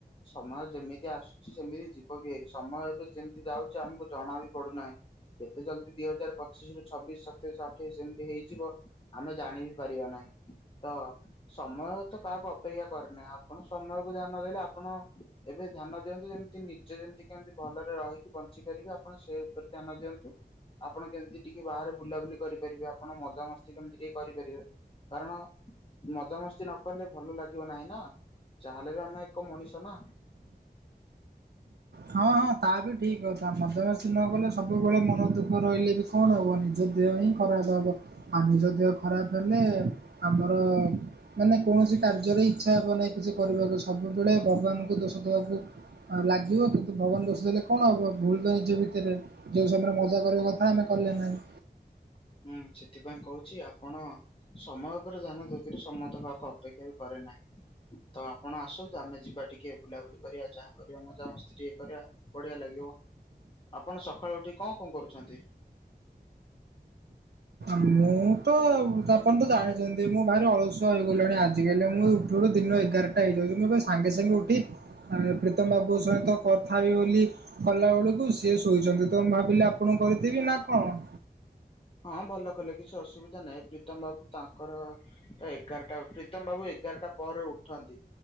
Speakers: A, on the left; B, on the right.
A: ସମୟ ଯେମିତି ଆସୁଛି ସେମିତି ଯିବ ବି ହେରି। ସମୟ ଏବେ ଯେମିତି ଯାଉଛି ଆମକୁ ଜଣା ବି ପଡୁନାହିଁ। କେତେ ଜଲ୍ଦି ଦି ହଜାର ପଚିଶ ରୁ ଛବିଶ୍, ସତେଇଶ୍, ଅଠେଇଶି ଏମିତି ହେଇଯିବ ଆମେ ଜାଣି ବି ପାରିବା ନାହିଁ ତ ସମୟ ତ କାହାକୁ ଅପେକ୍ଷା କରିନାହିଁ ଆପଣ ସମୟକୁ ଧ୍ୟାନ ଦେଲେ ଆପଣ ଏବେ ଧ୍ୟାନ ଦିଅନ୍ତୁ ଯେମିତି ନିଜେ ଯେମିତି କେମିତି ଭଲରେ ରହିକି ବଞ୍ଚିପାରିବେ ଆପଣ ସେ ଉପରେ ଧ୍ୟାନ ଦିଅନ୍ତୁ। ଆପଣ କେମିତି ଟିକେ ବାହାରେ ବୁଲାବୁଲି କରିପାରିବେ ଆପଣ ମଜାମସ୍ତି କେମିତି ଟିକେ କରିପାରିବେ। କାରଣ ମଜାମସ୍ତି ନ କଲେ ଭଲ ଲାଗିବ ନାହିଁ ନା ଯାହାେଲେ ବି ଆମେ ଏକ ମଣିଷ ନା
B: ହଁ ହଁ ତାହା ବି ଠିକ୍ ମଜମସ୍ତି ନ କଲେ ସବୁବେଳେ ମନ ଦୁଃଖ ରହିଲେ ବି କଣ ହେବ ନିଜ ଦେହ ହିଁ ଖରାପ ହେବ ଆଉ ନିଜ ଦେହ ଖରାପ ହେଲେ ଆମର ମାନେ କୌଣସି କାର୍ଯ୍ୟ ରେ ଇଚ୍ଛା ହବ ନାହିଁ କିଛି କରିବାକୁ ସବୁବେଳେ ଭଗବାନଙ୍କୁ ଦୋଷ ଦେବାକୁ ଲାଗିବ କିନ୍ତୁ ଭଗବାନ ଦେଷ ଦେଲେ କଣ ହେବ ଭୁଲ ତ ନିଜ ଭିତରେ ଯେଉଁ ସମୟରେ ମଜା କରିବା କଥା ଆମେ କଲେ ନାହିଁ।
A: ହୁଁ ସେଥିପାଇଁ କହୁଛି ଆପଣ ସମୟ ଉପରେ ଧ୍ୟାନ ଦେଥିରେ ସମ୍ମତ ହେବାକୁ ଅପେକ୍ଷା ବି କରେ ନାହିଁ। ତ ଆପଣ ଆସନ୍ତୁ ଆମେ ଯିବା ଟିକେ ବୁଲାବୁଲି କରିବା ଯାହା କରିବା ମଜା ମସ୍ତି ଟିକେ କରିବା। ବଢିଆ ଲାଗିବ ଆପଣ ସକାଳୁ ଉଠି କଣ କଣ କରୁଛନ୍ତି।
B: ମୁଁ ତ ତାପର୍ଯ୍ୟନ୍ତ ଜାଣିଛନ୍ତି ମୁଁ ଭାରି ଅଳସୁ ଆ ହେଇଗଲଣି ଆଜିକାଲି ମୁଁ ଉଠିବଠୁ ଦିନ ଏଗାରଟା ହେଇଯାଉଛି ମୁଁ ସାଙ୍ଗେ ସାଙ୍ଗେ ଉଠି ଆ ପ୍ରୀତମ ବାବୁ ସହିତ କଥା ହେବି ବୋଲି। କଲା ବେଳକୁ ସିଏ ଶୋଇଛନ୍ତି ତ ମୁଁ ଭାବିଲି ଆପଣଙ୍କୁ କରିଦେବି ନା କଣ?
A: ହଁ ଭଲ କଲେ କିଛି ଅସୁବିଧା ନାହିଁ ପ୍ରୀତମ ବାବୁ ତାଙ୍କର ତ ଏଗାରଟା ପ୍ରୀତମ ବାବୁ ଏଗାରଟା ପରେ ଉଠନ୍ତି।